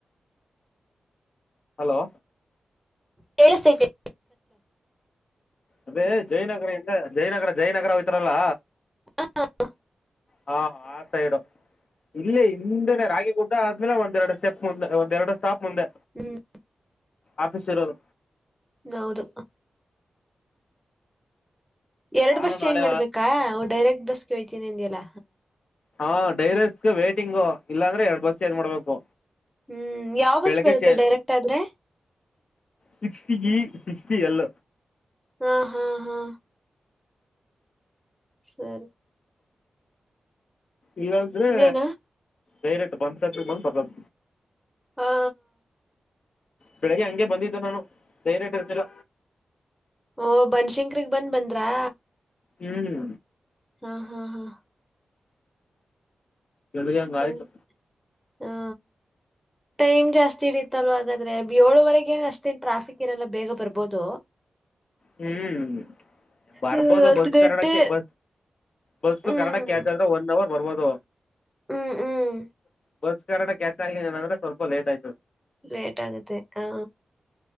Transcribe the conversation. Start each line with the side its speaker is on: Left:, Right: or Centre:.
Left: ಹಲೋ
Centre: ಕೇಳಿಸಸ್ತೈತೆ
Left: ಅದೇ ಜಯನಗರ ಇಿಂದ ಜಯನಗರ ಜಯನಗರ ಅವತಾರಲ್ಲ
Centre: ಹ
Left: ಹಾ ಆ ಸೈಡು ಇಲ್ಲೇ ಹಿಂದನೆ ರಾಗಿ ಗುಡ್ಡ ಇ ಒಂದ ಎರಡು ಸ್ಟೆಪ್ ಮುಂದೆ ಒಂದ ಎರಡು ಸ್ಟೆಪ್ ಮುಂದೆ
Centre: ಹ್ಮ್
Left: ಆಫೀಸ ಇರೊದು
Centre: ಹೌದು ಎರಡ್
Left: ನಾನು
Centre: ಬಸ್ ಚೇಂಜ್
Left: ನಾಳೆ
Centre: ಮಾಡ್ಬೇಕಾ ಡೈರೆಕ್ಟ್ ಬಸ್ಗೆ ಹೊಯ್ತೀನಿ ಎಲ್ಲ
Left: ಹಾ ಡೈರೆಕ್ಟ್ ವೈಟಿಂಗು ಇಲ್ಲಾಂದ್ರೆ ಎರಡ್ ಬಸ್ ಚೇಂಜ್ ಮಾಡ್ಬೇಕು
Centre: ಹ್ಮ್ ಯಾವ
Left: ಬೆಳಗೆ
Centre: ಬಸ್ ಬರುತ್ತೆ
Left: ಚೇಂಜ್
Centre: ಡೈರೆಕ್ಟ್ ಆದ್ರೆ
Left: ಸಿಕ್ಸಿಟಿಗೆ ಿ ಎಲ್ಲ
Centre: ಹಾ ಹಾ ಹಾ ಸರಿ
Left: ಇಲ್ಲಂದ್ರೆ
Centre: ನೀನು
Left: ಡೈರೆಕ್ಟ್ ಪಂ <inaudible> <unintelligible>
Centre: ಹಾ
Left: ಬೆಳಿಗ್ಗೆ ಹಂಗೆ ಬಂದಿದ್ದು ನಾನು ಧೈರ್ಯಟ್ ಇರ್ತಿಿಲ್ಲ
Centre: ಓ ಬನ್ಶಂಕ್ರಗ್ ಬಂದ್ ಬಂದ್ರಾ
Left: ಹ್ಮ್
Centre: ಹಾ ಹಾ ಹಾ
Left: ಬೆಳೆಗೆ ಹಂಗಆಯ್ತು
Centre: ಸರಿ ಹಾ ಟೈಮ್ ಜಾಸ್ತಿ ಇಡತ್ತಲ್ವಾ ಹಾಗಾದ್ರೆ ಏಳುವರೆಗ ಅಷ್ಟೇನ್ ಟ್ರಾಫಿಕ್ ಇರಲ್ಲ ಬೇಗ ಬರ್ಬೋದು
Left: ಹ್ಮ್ ಬರ್ಬೋದು
Centre: ಹ್ಮ್, ಹತ್ತು
Left: ಬಸ್ಕಣಕ್ಕೆ
Centre: ಗಂಟೆ
Left: ಬ ಬಸ್ಸ
Centre: ಹ್ಮ್
Left: ಕನ್ನಡಕ್ಕೆ ಎ ಕ್ ಅಂದ್ರೆ ಒನ್ ಓವರ್ ಬರ್ಬೋದು
Centre: ಹ್ಮ್ ಹ್ಮ್
Left: ಬಸ್ ಕಾಟ ಕ್ಯಾಚ್ ಆಗಂದ್ರೆ ಸ್ವಲ್ಪ ಲೇಟ್ ಆಯ್ತು
Centre: ಲೇಟ್ ಆಗುತ್ತೆ ಹ